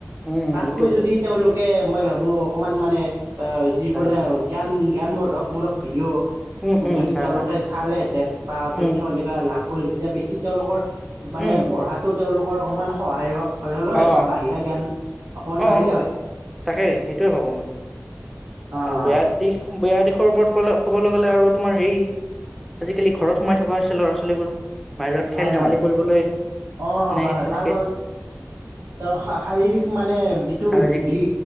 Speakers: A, in the centre; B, on the right.
A: উম
B: তাতকৈ
A: এইটোয়েতো
B: যদি তেওঁলোকে মই ভাবো অকমান মানে <inaudible> অ যি
A: হয়
B: বোলে জ্ঞান জ্ঞানবর্ধকমূলক ভিডিঅ'
A: উম উম
B: যদি
A: হয়
B: তেওঁলোকে
A: হয় হয়
B: চালেহেঁতেন বা তথ্য
A: উম
B: এনেকুৱা লাভ কৰিলে তেতিয়া বেছি তেওঁলোকৰ মানে
A: উম
B: পঢ়াটো তেওঁলোকৰ অকণমান সহায়ক হয় হল হয়,
A: অ
B: বা বাহিৰা জ্ঞান অকণমান বাঢ়িলে
A: অ
B: হয়
A: তাকেই সেইটোৱে ভাবো মই।
B: অ অ',
A: আৰু বেয়া দিশ বেয়া দিশৰ ওপৰত ক' ক'বলৈ গ'লে আৰু তোমাৰ এই আজিকালি ঘৰত সোমাই থকা হৈছে ল'ৰা ছোৱালীবোৰ। বাহিৰত খেল
B: হয়
A: ধেমালি
B: হয়
A: কৰিবলৈ
B: অ
A: মানে
B: হয় হয়
A: তেনেকে
B: তাৰ তেওঁ শাৰীৰিক মানে যিটো
A: শাৰীৰিক
B: বৃদ্ধি